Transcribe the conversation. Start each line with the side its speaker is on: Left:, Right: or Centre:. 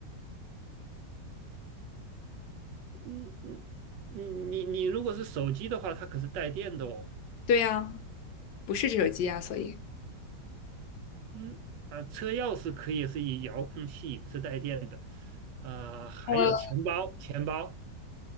Right: 嗯嗯，你你你如果是手机的话，它可是带电的哦。
Left: 对呀，不是这手机呀，所以，
Right: 嗯，啊，车钥匙可以是以遥控器，不是带电的。啊、还有钱包，
Left: 呃，
Right: 钱包